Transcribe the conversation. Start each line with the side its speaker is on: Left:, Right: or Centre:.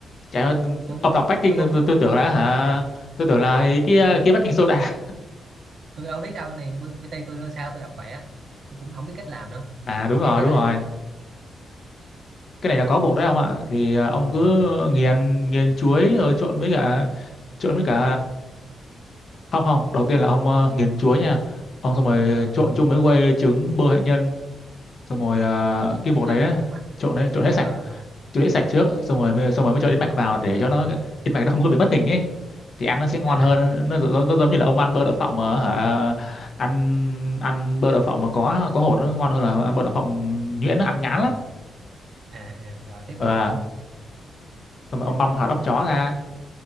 Left: Trời ơi,
Right: tôi cũng
Left: ông đọc baking
Right: tôi không
Left: tôi,
Right: biết
Left: tôi tưởng là hả? Tôi tưởng là cái cái baking soda.
Right: tôi đâu biết đâu này PT tôi đưa sao tôi đọc vậy á tôi cũng không biết cách làm nữa
Left: À đúng
Right: ông
Left: rồi,
Right: chạy tiếp
Left: đúng
Right: đây
Left: rồi. cái này là có bột đấy ông ạ thì à, ông
Right: ừ.
Left: cứ nghiền nghiền chuối rồi trộn với cả trộn với cả không không đầu tiên là ông à, nghiền chuối nha ông xong rồi
Right: à,
Left: trộn chung với quây trứng bơ hạnh nhân xong rồi à, cái
Right: yến
Left: bột
Right: mạch
Left: đấy, đấy
Right: yến mạch
Left: trộn đấy trộn hết sạch
Right: à,
Left: trộn hết sạch trước xong rồi mới, xong rồi mới cho yến mạch vào để cho nó yến mạch nó không có bị mất hình ấy thì ăn nó sẽ ngon
Right: à
Left: hơn nó, nó, nó giống như là ông ăn bơ đậu phộng mà hả ăn ăn bơ đậu phộng mà có có hột nó ngon hơn là ăn bơ đậu phộng nhuyễn nó ăn ngán
Right: miệng
Left: lắm
Right: à à rồi tiếp
Left: ờ
Right: đây
Left: à.
Right: không
Left: Xong rồi
Right: tiếp
Left: ông băm
Right: tiếp
Left: hạt
Right: tiếp
Left: óc
Right: tiếp
Left: chó ra